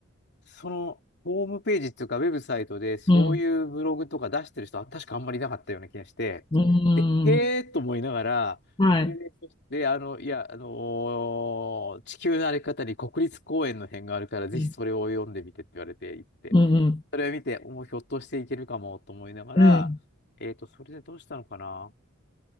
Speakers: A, on the left; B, on the left.
A: その、ホームページっていうか、ウェブサイトで、そういうブログとか出してる人は、
B: うん。
A: 確かあんまりいなかったような気がして、
B: うん。
A: で、へーと思いながら、
B: はい。
A: それで、で、あの、いや、あのー地球の歩き方に国立公園の辺があるから、ぜひそれを読んでみてって言われて行って、
B: うん。うん。
A: それを見て、もうひょっとしていけるかもと思いながら、
B: うん。
A: えっと、それでどうしたのかな。